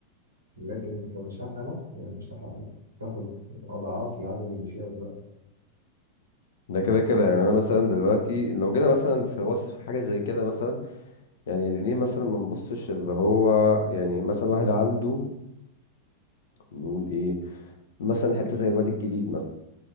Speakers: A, on the right; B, on the left.
A: لكن كمساحة لأ هي المساحة تاخد أضعاف العدد اللي فيها دلوقتي
B: ده كده كده يعني انا مثلا دلوقتي لو جينا مثلا في وصف حاجة زي كده مثلا يعني ليه مثلا ما نبصش اللي هو يعني مثلا واحد عنده نقول ايه مثلا حتة زي الواد الجديد